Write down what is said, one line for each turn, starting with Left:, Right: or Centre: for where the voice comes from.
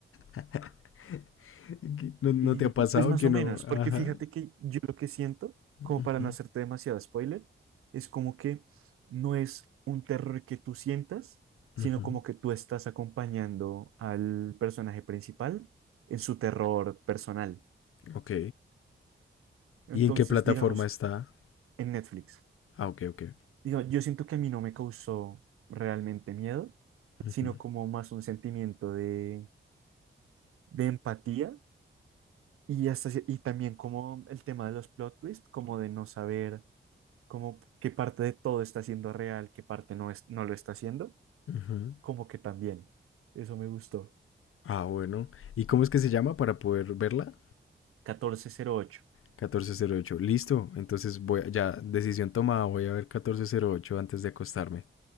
Left: <laughs> ¿Qué? ¿No, no
Right: Y
Left: te ha pasado
Right: pues más
Left: que
Right: o
Left: no?
Right: menos, porque
Left: Ajá.
Right: fíjate que yo lo que siento, como
Left: Ujú,
Right: para no hacerte demasiado spoiler, es como que no es un terror que tú sientas, sino
Left: ujú.
Right: como que tú estás acompañando al personaje principal en su terror personal.
Left: Ok.
Right: Entonces,
Left: ¿Y en qué plataforma
Right: digamos,
Left: está?
Right: en Netflix.
Left: Ah, ok, ok, ok.
Right: Digo, yo siento que a mí no me causó realmente miedo,
Left: Ujú,
Right: sino como más un sentimiento de, de empatía y, hasta cier- y también como el tema de los plot twists, como de no saber como qué parte de todo está siendo real, qué parte no, es, no lo está haciendo,
Left: ujú.
Right: como que también. Eso me gustó.
Left: Ah, bueno. ¿Y cómo es que se llama para poder verla?
Right: catorce cero ocho
Left: Catorce cero ocho. Listo. Entonces voy, ya, decisión tomada. Voy a ver catorce cero ocho antes de acostarme.